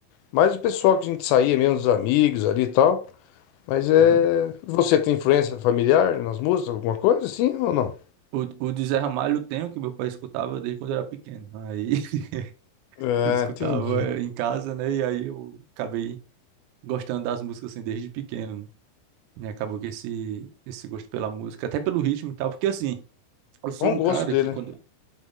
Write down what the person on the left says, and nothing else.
Mas o pessoal que a gente saía mesmo, os amigos ali e tal. Mas é.
Você tem influência familiar nas músicas, alguma coisa assim ou não?
É,
entendi.
Bom
gosto
dele,
né?